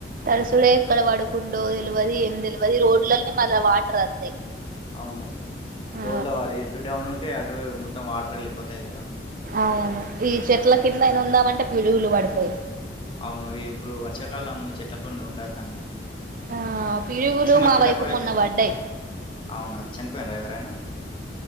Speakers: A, on the right; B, on the left.
A: తడుసుడే ఎక్కడ పడుకుండో తెలివదు ఏం తెలివదు రోడ్లనే మళ్ళ వాటర్ వస్తాయి.
B: అవును
A: ఆ
B: రోడ్ల ఇటు డౌన్ ఉంటే అటు మొత్తం వాటర్ వెళ్ళిపోతాయి కదా.
A: ఆవును ఈ చెట్ల కింద అయినా ఉందామంటే పిడుగులు పడతాయి.
B: అవును ఇప్పుడు వర్షకాలము చెట్లపోంటి ఉండదు.
A: ఆ పిడుగులు
B: వచ్చేటప్పుడు
A: మా వైపు
B: అయితే
A: మొన్న పడ్డాయ్.
B: అవునా చనిపోయిండ ఎవరైనా.